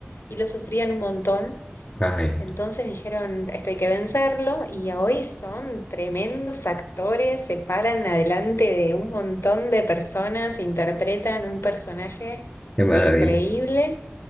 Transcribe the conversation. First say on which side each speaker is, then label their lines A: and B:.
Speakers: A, on the left (about 65°); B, on the left (about 15°).
A: y lo sufrían un montón.
B: Ay,
A: Entonces dijeron, esto hay que vencerlo, y hoy son tremendos actores, se paran adelante de un montón de personas, interpretan un personaje
B: qué maravilla.
A: increíble,